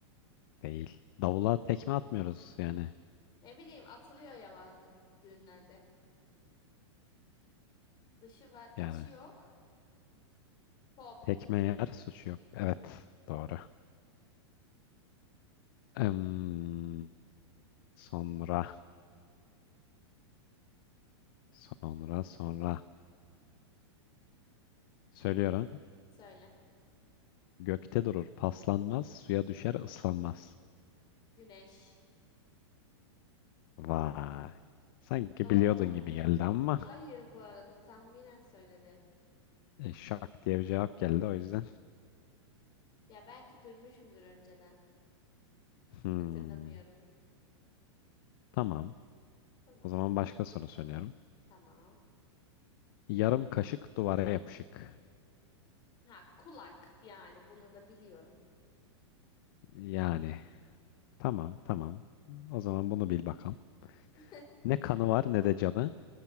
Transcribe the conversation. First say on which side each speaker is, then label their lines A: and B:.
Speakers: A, on the left (about 50°); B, on the left (about 30°).
A: değil. Davula tekme atmıyoruz yani.
B: Ne bileyim, atılıyor ya bazı düğünlerde. Dışı var, içi
A: Yani
B: yok. Pop.
A: tekme yer, suçu yok. Evet, doğru. Em, sonra, sonra, sonra. Söylüyorum.
B: Söyle.
A: Gökte durur, paslanmaz, suya düşer, ıslanmaz.
B: Güneş.
A: Vay. Sanki
B: Doğru
A: biliyordun
B: mu?
A: gibi geldi ama
B: Hayır bu arada tahminen söyledim.
A: e, şak diye bir cevap geldi o yüzden.
B: Ya belki duymuşumdur önceden.
A: Hmm,
B: Hatırlamıyorum.
A: tamam.
B: Tamam.
A: O zaman başka soru söylüyorum.
B: Tamam.
A: Yarım kaşık duvara yapışık.
B: Ha kulak yani bunu da biliyorum.
A: Yani tamam tamam. O zaman bunu bil bakalım.
B: <laughs>
A: Ne kanı var ne de canı.